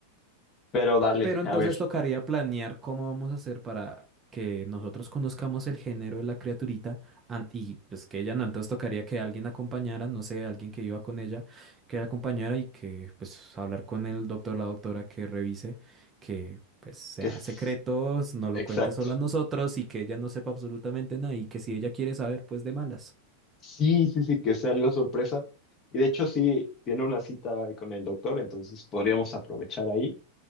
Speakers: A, on the left; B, on the right.
A: Pero dale,
B: Pero entonces
A: a ver,
B: tocaría planear cómo vamos a hacer para que nosotros conozcamos el género de la criaturita an- y pues que ella no, entonces tocaría que alguien acompañara, no sé, alguien que iba con ella, que la acompañara y que pues hablar con el doctor, la doctora que revise, que pues sea
A: que es
B: secretos, no lo
A: exacto.
B: cuente solo a nosotros y que ella no sepa absolutamente nada y que si ella quiere saber, pues de malas.
A: Sí, sí, sí, que sea algo sorpresa. Y de hecho, sí, tiene una cita con el doctor, entonces podríamos aprovechar ahí